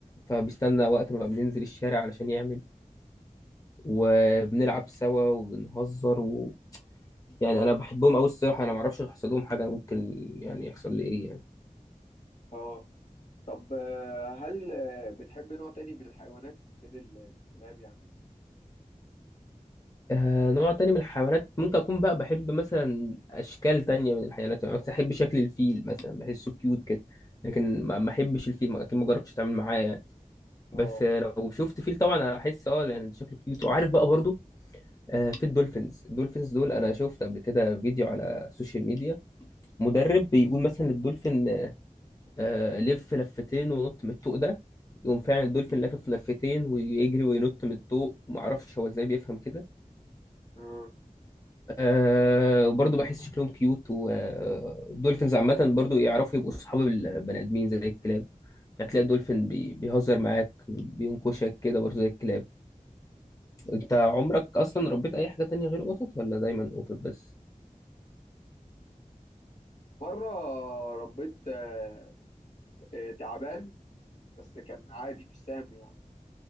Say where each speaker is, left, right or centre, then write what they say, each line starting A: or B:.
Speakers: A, on the left; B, on the left.
A: فبيستنى وقت ما بننزل الشارع علشان يعمل وبنلعب سوا وبنهزر يعني انا بحبهم قوي الصراحه انا ما اعرفش يحصل لهم حاجه ممكن يعني يحصل لي ايه يعني
B: اه طب آه، هل آه، بتحب نوع تاني من الحيوانات غير ال- الكلاب يعني
A: آه نوع تاني من الحيوانات ممكن اكون بقى بحب مثلا اشكال تانية من الحيوانات يعني مثلا احب شكل الفيل مثلا بحسه كيوت كده لكن ما ما احبش الفيل ما- اكيد ما جربتش اتعامل معاه يعني
B: اه
A: بس آه، لو شفت فيل طبعا احس اه يعني شكله كيوت وعارف بقى برضو آه في الدولفينز الدولفينز دول انا شفت قبل كده فيديو على السوشيال ميديا مدرب بيقول مثلا للدولفين آه، لف لفتين ونط من الطوق ده يقوم فعلا الدولفين لافف لفتين ويجري وينط من الطوق معرفش هو ازاي بيفهم كده
B: آه.
A: أه وبرضه بحس شكلهم كيوت والدولفينز عامة برضه يعرفوا يبقوا صحاب البني آدمين زي الكلاب يعني تلاقي الدولفين بي- بيهزر معاك بينكشك كده برضه زي الكلاب انت عمرك أصلا ربيت أي حاجة تانية غير قطط ولا دايما قطط بس
B: مرة ربيت آه، آه، تعبان بس كان عادي مش سامي يعني